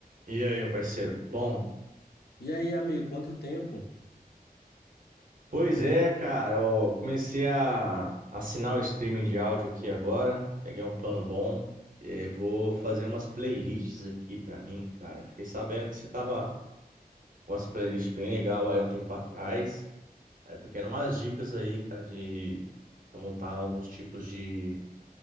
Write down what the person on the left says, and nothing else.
E aí, amigo, quanto tempo?